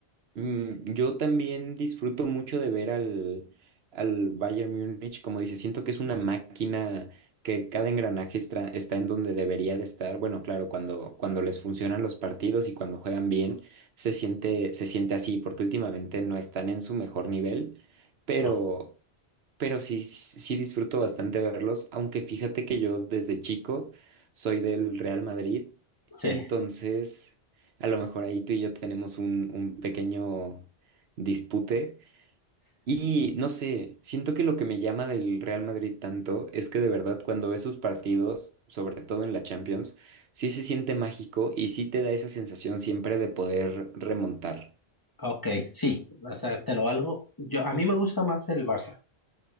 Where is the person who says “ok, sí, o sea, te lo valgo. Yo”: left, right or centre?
Left